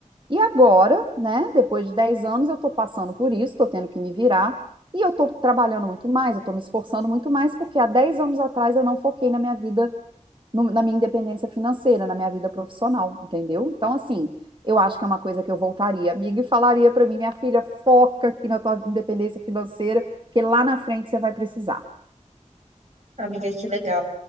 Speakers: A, on the right; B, on the right.
A: E agora, né, depois de 10 anos, eu estou passando por isso, estou tendo que me virar, e eu estou trabalhando muito mais, eu estou me esforçando muito mais, porque há 10 anos atrás eu não foquei na minha vida, no- na minha independência financeira, na minha vida profissional, entendeu? Então, assim, eu acho que é uma coisa que eu voltaria, amiga, e falaria para mim, minha filha, foca aqui na tua independência financeira, porque lá na frente você vai precisar.
B: Amiga, que legal.